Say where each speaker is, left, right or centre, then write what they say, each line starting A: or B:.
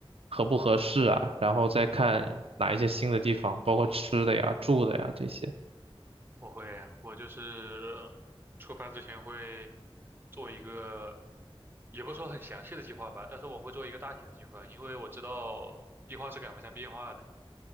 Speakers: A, on the right; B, on the right.
A: 合不合适啊，然后再看哪一些新的地方，包括吃的呀、住的呀这些。
B: 我会，我就是出发之前会做一个，也不说很详细的计划吧，但是我会做一个大体的计划，因为我知道计划是赶不上变化的。